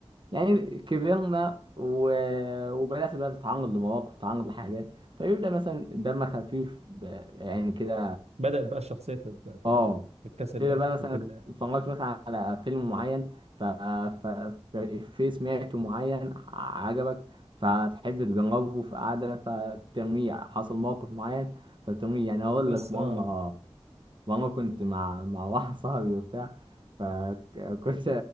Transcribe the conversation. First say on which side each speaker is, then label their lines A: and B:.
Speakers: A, on the right; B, on the right.
A: يعني كبرنا و... وبدات بقى تتعرض لمواقف تتعرض لحاجات فيبدا مثلا دم خفيف ب- يعني كده
B: بدأت بقى الشخصية تبقى- ت-
A: اه
B: تكتسب
A: كده
B: بقى
A: بقى
B: فكرة
A: مثلا
B: إن
A: اتفرجت مثلا على فيلم معين ف... ف... في سمعته معين عجبك فتحب تجربه في قعدة فترميه حصل موقف معين فترميه يعني أقول
B: بس
A: لك مرة
B: آه
A: ماما كنت مع مع واحد صاحبي وبتاع فكنت